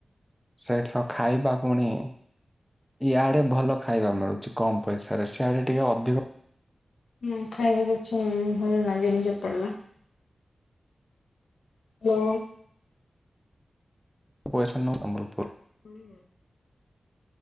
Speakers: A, in the centre; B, on the left (about 90°).
A: ସେଇଠାରୁ ଖାଇବା ପୁଣି ଇଆଡେ ଭଲ ଖାଇବା ମିଳୁଛି କମ ପଇସାରେ। ସିଆଡେ ଟିକେ ଅଧିକ
B: ହୁଁ ଖାଇବାକୁ କିଛି ଭଲ ଲାଗେନି ସେପଟର। ହାଲୋ
A: ପଇସା <inaudible>
B: ହୁଁ